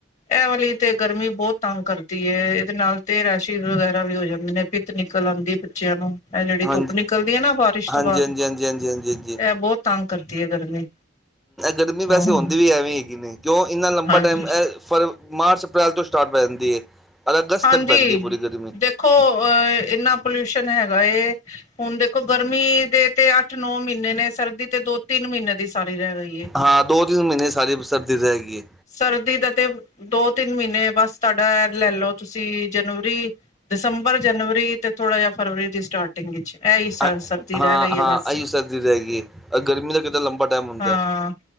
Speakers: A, on the left; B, in the centre.
A: ਇਹ ਵਾਲੀ ਤੇ ਗਰਮੀ ਬਹੁਤ ਤੰਗ ਕਰਦੀ ਇਹਦੇ ਨਾਲ ਤੇ ਰਸ਼ਿ ਵਗੈਰਾ ਵੀ ਹੋ ਜਾਂਦੇ ਨੇ ਪਿੱਤ ਨਿਕਲ ਆਂਦੀ ਬੱਚਿਆਂ ਨੂੰ ਇਹ ਜਿਹੜੀ
B: ਹਾਂਜੀ
A: ਧੁੱਪ ਨਿਕਲਦੀ ਹੈ ਨਾ ਬਾਰਿਸ਼ ਤੋਂ
B: ਹਾਂਜੀ
A: ਬਾਅਦ
B: ਹਾਂਜੀ ਹਾਂਜੀ ਹਾਂਜੀ ਹਾਂਜੀ ਹਾਂਜੀ।
A: ਇਹ ਬਹੁਤ ਤੰਗ ਕਰਦੀ ਏ ਗਰਮੀ
B: ਗਰਮੀ ਵੈਸੇ
A: ਹਾਂ
B: ਹੁੰਦੀ ਵੀ ਐਵੇਂ ਹੈਗੀ ਨਹੀਂ ਕਿਉਂ ਇੰਨਾ ਲੰਬਾ
A: ਹਾਂਜੀ
B: ਟਾਈਮ ਐ ਫਰ, ਮਾਰਚ, ਅਪ੍ਰੈਲ ਤੋਂ ਸਟਾਰਟ ਪੈ ਜਾਂਦੀ ਹੈ ਔਰ ਅਗਸਤ
A: ਹਾਂਜੀ
B: ਤੱਕ ਪੈਂਦੀ ਹੈ ਪੂਰੀ ਗਰਮੀ।
A: ਦੇਖੋ ਅ ਇੰਨਾ ਪੋਲਿਊਸ਼ਨ ਹੈਗਾ ਹੁਣ ਦੇਖੋ ਗਰਮੀ ਦੇ ਤੇ ਅੱਠ ਨੌ ਮਹੀਨੇ ਨੇ ਸਰਦੀ ਤੇ ਦੋ ਤਿੰਨ ਮਹੀਨੇ ਦੀ ਸਾਰੀ ਰਹਿ ਗਈ ਏ।
B: ਹਾਂ ਦੋ ਤਿੰਨ ਮਹੀਨੇ ਸਾਰੀ ਸਰਦੀ ਰਹਿ ਗਈ ਏ।
A: ਸਰਦੀ ਦਾ ਤੇ ਦੋ ਤਿੰਨ ਮਹੀਨੇ ਬਸ ਤੁਹਾਡਾ ਲੈ ਲਓ ਤੁਸੀਂ ਜਨਵਰੀ ਦਸੰਬਰ ਜਨਵਰੀ ਤੇ ਥੋੜਾ ਜਿਹਾ ਫਰਵਰੀ ਦੀ ਸਟਾਰਟ ਟਿੰਗ 'ਚ ਇਹੀ ਸਰਦੀ
B: ਹਾਂ
A: ਰਹਿ ਗਈ
B: ਹਾਂ
A: ਹੈ ਬਸ
B: ਆਹੀ ਸਰਦੀ ਰਹਿ ਗਈ ਹੈ ਗਰਮੀ ਦਾ ਕਿੱਦਾਂ ਲੰਬਾ ਟਾਈਮ ਹੁੰਦਾ
A: ਹਾਂ।